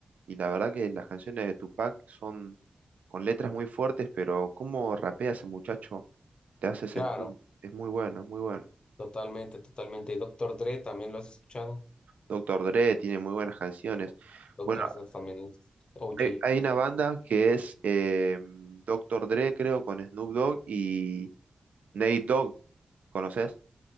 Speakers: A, on the right (about 75°); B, on the left (about 40°).
A: Y la verdad que las canciones de Tupac son con letras muy fuertes, pero cómo rapea ese muchacho te hace sentir.
B: Claro,
A: Es muy bueno, es muy bueno.
B: totalmente, totalmente. Y Doctor Dre también lo has escuchado.
A: Doctor Dre tiene muy buenas canciones.
B: Doctor
A: Bueno,
B: Seuss también es OG.
A: hay, hay una banda que es eh, Doctor Dre, creo, con Snoop Dogg y Nate Dogg. ¿Conoces?